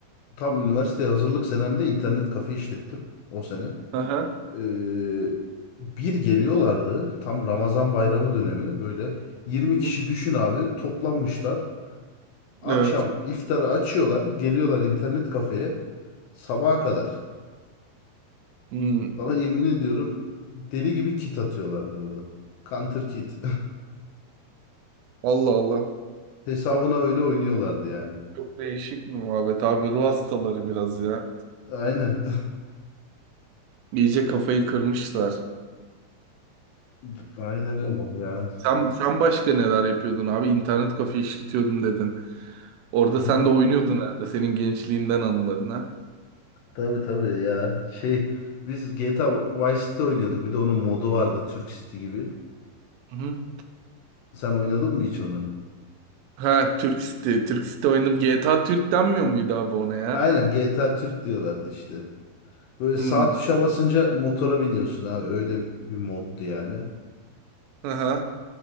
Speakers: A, on the left; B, on the right.
A: tam üniversiteye hazırlık senemde internet kafe işlettim o sene.
B: Aha.
A: Ee, bir geliyorlardı tam Ramazan bayramı dönemi böyle 20 kişi
B: Hı.
A: düşün abi toplanmışlar. Akşam
B: Evet.
A: iftarı açıyorlar geliyorlar internet kafeye sabaha kadar.
B: Hı.
A: Sana yemin ediyorum deli gibi kit atıyorlardı orada. Counter kit.
B: Allah Allah.
A: <laughs> Hesabına öyle oynuyorlardı yani.
B: Çok değişik bir muhabbet abi. Ruh hastaları biraz ya.
A: Aynen.
B: İyice kafayı kırmışlar.
A: <laughs> Aynen öyle ya.
B: Sen, sen başka neler yapıyordun abi? İnternet kafe işletiyordum dedin. Orada
A: Hı hı.
B: sen de oynuyordun herhalde senin gençliğinden anıların ha.
A: Tabii tabii ya. Şey biz GTA Vice City oynuyorduk. Bir de onun modu vardı Türk City gibi.
B: Hı hı.
A: Sen oynadın mı hiç onu?
B: Ha Türk City. Türk City oynadım. GTA Türk denmiyor muydu abi ona ya?
A: Aynen GTA Türk diyorlardı işte. Böyle
B: Hmm.
A: sağ tuşa basınca motora biniyorsun abi. Öyle bir moddu yani.
B: Aha.